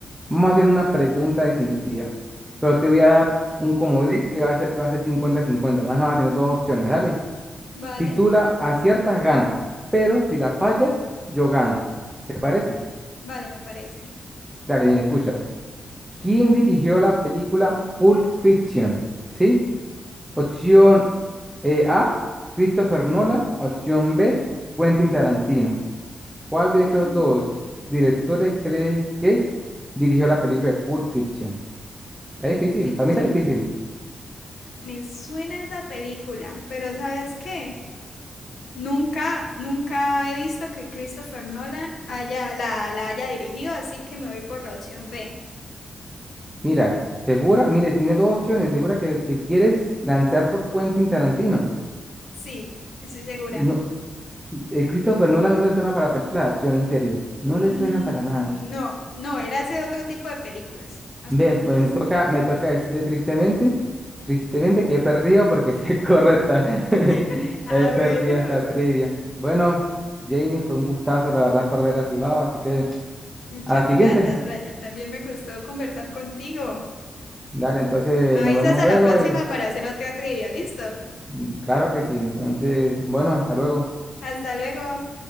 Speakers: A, in the centre; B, on the left (about 80°).
A: Vamos a hacer una pregunta definitiva. Pero te voy a dar un comodín que va a ser que va a ser 50-50. Más nada vas a tener dos opciones, dale.
B: Vale,
A: Si tú la aciertas, ganas. Pero si la fallas, yo gano. ¿Te parece?
B: vale, me parece.
A: Dale, mira, escúchala. ¿Quién dirigió la película Pulp Fiction? ¿Sí? Opción eh, A, Christopher Nolan. Opción B, Quentin Tarantino. ¿Cuál de esos
B: Mm,
A: dos directores crees que dirigió la película de Pulp Fiction? Está
B: Pulp
A: difícil,
B: Fiction.
A: para mí está difícil.
B: Me suena esa película, pero ¿sabes qué? Nunca, nunca he visto que Christopher Nolan haya, la, la haya dirigido, así que me voy por la opción B.
A: Mira, segura, mire, tiene dos opciones. Segura que, que quieres lanzar por Quentin Tarantino.
B: Sí, estoy segura.
A: No, el Christopher Nolan no le suena para películas de acción, en serio. No
B: Mm,
A: le suena para nada.
B: no, no, él hace otro tipo de películas, más
A: Ve,
B: profundas.
A: pues me toca, me toca decirle tristemente, tristemente que he perdido porque <laughs> sí es correcta. <laughs>
B: <laughs> Ah,
A: He perdido
B: bueno.
A: esta trivia. Bueno, Janie, fue un gustazo, la verdad, perder a su lado, así que
B: Muchas
A: a la siguiente.
B: gracias, Brian. También me gustó conversar contigo.
A: Dale, entonces
B: Me avisas
A: nos vemos
B: a
A: luego
B: la próxima
A: y
B: para hacer otra trivia, ¿listo?
A: mm, claro que sí. Entonces, bueno, hasta luego.
B: Hasta luego.